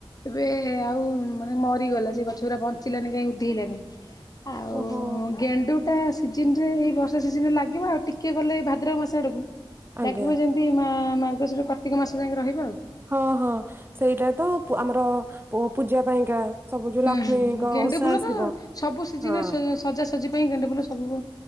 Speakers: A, on the left (about 40°); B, on the right (about 25°).
A: ଏବେ ଆଉ ମାନେ ମରିଗଲା ସେ ଗଛଗୁଡା ବଞ୍ଚିଲାନି କାଇଁ ଉଦ୍ଧେଇଲାନି। ଆଉ
B: ଓହୋ
A: ଗେଣ୍ଡୁ। ଟା ସିଜିନ୍ ରେ ଏଇ ବର୍ଷା ସିଜିନ୍ ରେ ଲାଗିବ ଆଉ ଟିକେ ଗଲେ ଏଇ ଭାଦ୍ରବ ମାସ ଆଡ଼କୁ।
B: ଆଜ୍ଞା
A: ଲାଗିବ ଯେମିତି ମା ମାର୍ଗଶୀର କାର୍ତ୍ତିକ ମାସ ଯାଏ ରହିବ <unintelligible>
B: ହଁ ହଁ ସେଇଟା ତ ଆମର ପୂଜା ପାଇଁକା। ସବୁ ଯୋଉ
A: ହୁଁ
B: ଲକ୍ଷ୍ମୀଙ୍କ
A: ହୁଁ ଗେଣ୍ଡୁ
B: ଓଷା
A: ଫୁଲ
B: ଆସିବ
A: ତ ସବୁ ସିଜିନରେ
B: ହଁ।
A: ସଜାସଜି ପାଇଁ ଗେଣ୍ଡୁ ଫୁଲ ସବୁ